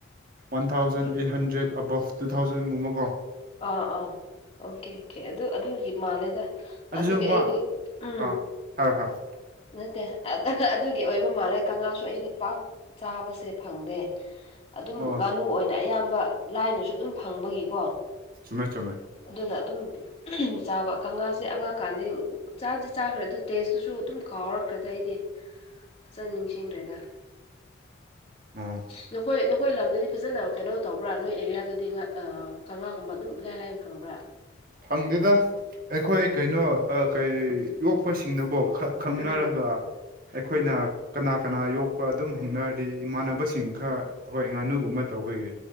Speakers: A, on the right; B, on the left.
A: one thousand
B: okay
A: eight hundred above two ꯊꯥꯎꯖꯟꯒꯨꯝꯕ ꯀꯣ
B: ꯑꯥ ꯑꯥ ꯑꯣꯀꯦ ꯑꯣꯀꯦ ꯑꯗꯨ ꯑꯗꯨꯒꯤ ꯃꯥꯜꯂꯦꯗ
A: ꯑꯗꯨꯁꯨ
B: ꯑꯗꯨꯒꯤ
A: ꯃꯥ
B: ꯑꯩꯗꯣ ꯎꯝ
A: ꯑꯥ ꯍꯥꯏꯔꯣ ꯍꯥꯏꯔꯣ
B: ꯅꯠꯇꯦ ꯑꯥ ꯑꯗꯨꯒꯤ ꯑꯣꯏꯕ ꯃꯥꯜꯂꯦ ꯀꯪꯉꯥꯁꯨ ꯑꯩꯗꯤ ꯄꯥꯛ ꯆꯥꯕꯁꯦ ꯐꯪꯗꯦ ꯑꯗꯨꯝ
A: ꯑꯣ
B: ꯉꯥꯅꯨ ꯑꯣꯏꯅ ꯑꯌꯥꯝꯕ ꯂꯥꯏꯅꯁꯨ ꯑꯗꯨꯝ ꯐꯪꯕꯒꯤꯀꯣ
A: ꯆꯨꯝꯃꯦ ꯆꯨꯝꯃꯦ
B: ꯑꯗꯨꯅ ꯑꯗꯨꯝ ꯑꯍꯝ ꯆꯥꯕ ꯀꯪꯉꯥꯁꯦ ꯑꯉꯥꯡꯀꯥꯟꯗꯤ ꯆꯥꯗꯤ ꯆꯥꯈ꯭ꯔꯦ ꯑꯗꯨ ꯇꯦꯁꯇꯨꯁꯨ ꯑꯗꯨꯝ ꯀꯥꯎꯔꯛꯈ꯭ꯔꯦꯗ ꯑꯩꯗꯤ ꯐꯖꯅ ꯅꯤꯡꯁꯤꯡꯗ꯭ꯔꯦꯗ
A: ꯑꯣ
B: ꯅꯈꯣꯏ ꯅꯈꯣꯏ ꯂꯝꯗꯗꯤ ꯐꯖꯅ ꯀꯩꯅꯣ ꯇꯧꯕ꯭ꯔꯥ ꯅꯣꯏ ꯑꯦꯔꯤꯌꯥꯗꯨꯗꯤ ꯑꯥ ꯀꯪꯉꯥ ꯒꯨꯝꯕ ꯑꯗꯨꯝ ꯏꯂꯥꯏ ꯂꯥꯏꯅ ꯐꯪꯕ꯭ꯔꯥ
A: ꯐꯪꯗꯦꯗ ꯑꯩꯈꯣꯏ ꯀꯩꯅꯣ ꯑꯥ ꯀꯩ ꯌꯣꯛꯄꯁꯤꯡꯗꯀꯣ ꯈꯛ ꯈꯪꯅꯔꯒ
B: ꯎꯝ
A: ꯑꯩꯈꯣꯏꯅ
B: ꯎꯝ
A: ꯀꯅꯥ ꯀꯅꯥ ꯌꯣꯛꯄ ꯑꯗꯨꯝ ꯍꯪꯅꯔꯗꯤ ꯏꯃꯥꯟꯅꯕꯁꯤꯡ ꯈꯔ ꯑꯩꯈꯣꯏ ꯉꯥꯅꯨꯒꯨꯝꯕ ꯇꯧꯕꯒꯤ